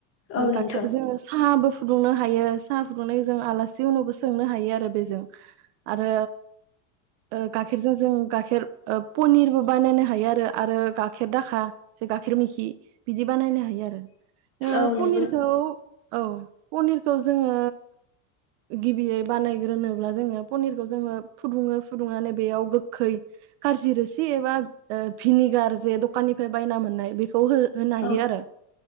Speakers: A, on the right; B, on the left.
A: ओ
B: औ नोंथां
A: गाखेर जों साहाबो फु फुदुंनो हायो साहा फुदुंनाय जों आलासि उनावबो सोंनो हायो आरो बेजों आरो ओ गाखेरजों जों गाखेर ओ पनिरबो बानायनो हायो आरो गाखेर दाखा जे गाखेर मिखि। बिदि बानायनो हायो आरो ओ
B: औ
A: पनिरखौ
B: नोंथां औ नंगौ
A: औ पनिर खौ जोङो गिबियै बानायग्रोनोब्ला जोङो पनिरखौ जोङो फुदुङो फुदुंनानै बेयाव गोखै कारजि रोसि एबा ओ भिनिगार जे दखाननिफ्राय बायना मोननाय बेखौ खौ होनो हायो
B: औ
A: आरो